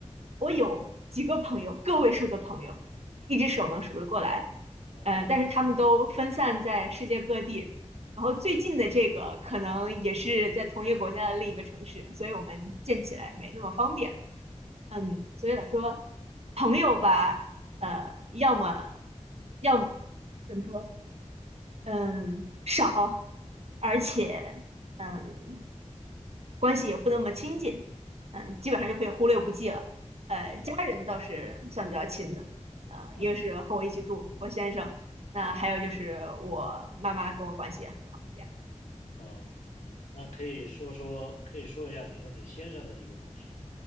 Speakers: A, on the right; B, on the left.
A: 我有几个朋友，个位数的朋友，一只手能数得过来。
B: ，OK，
A: 嗯，但是他们都分散在世界各地，然后最近的这个可能也是在同一个国家的另一个城市，所以我们见起来没那么方便。嗯，所以来说，朋友吧，呃，要么要么怎么说？嗯，少，而且嗯，
B: 嗯
A: 关系也不那么亲近，嗯，基本上就可以忽略不计了。呃，
B: 啊，
A: 家人倒是算比较亲的，
B: 毕竟，
A: 呃，
B: 嗯
A: 一个是和我一起住，我先生，那、还有就是我妈妈跟我关系也很好，
B: 嗯
A: 这样。
B: 嗯，那可以说说，可以说一下你和你先生的一个故事吗？